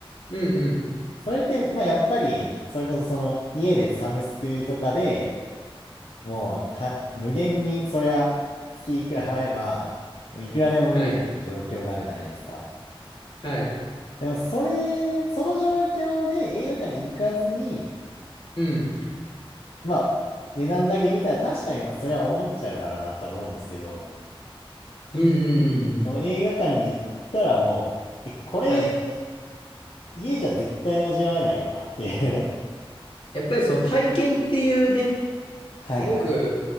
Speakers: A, on the left; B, on the left.
A: うんうん。
B: それって、まあやっぱり、それこそその家でサブスクとかでもうた、無限に、そりゃ、月いくら払えば、もういくらでも見れるっていう状況があるじゃないですか。
A: はい。はい。
B: でも、それ、その状況で映画館に行かずに、
A: うん。
B: まあ、値段だけ見たら確かに、まあ、それは思っちゃうだろうなとは思うんですけど、
A: うんうんうんうん。
B: この映画館に行ったらもう、え、これ、
A: はい。
B: 家じゃ絶対味わえないよなっていう
A: やっぱりその体験っていうね、
B: <laughs> はいはい。
A: すごく